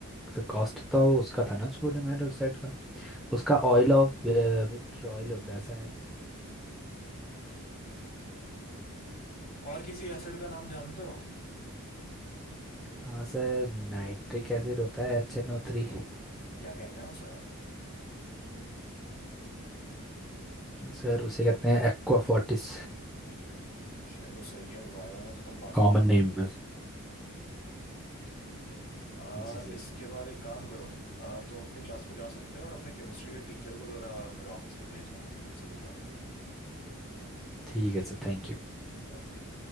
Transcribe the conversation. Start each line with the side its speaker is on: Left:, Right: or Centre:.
Centre: सर कॉस्टिक तो वो उसका था ना सोडियम हाइड्रोक्साइड का उसका ऑयल ऑफ विट्रॉयल होता है शायद
Left: और किसी एसिड का नाम जानते हो
Centre: हाँ सर नाइट्रिक एसिड होता है एच एन ओ थ्री
Left: क्या कहते हैं उसे और
Centre: सर उसे कहते हैं एक्वा फोर्टिस
Left: चलो सही है वाइवा में तो तुम पास
Centre: कॉमन
Left: हो गए हो
Centre: नेम है उसका
Left: आ,
Centre: जी सर
Left: इसके बाद एक काम करो आ, तुम अपनी क्लास में जा सकते हो और अपने केमिस्ट्री के टीचर को जरा मेरे ऑफिस पे भेजना उनसे कुछ बात करनी है
Centre: ठीक है सर थैंक यू
Left: ओके।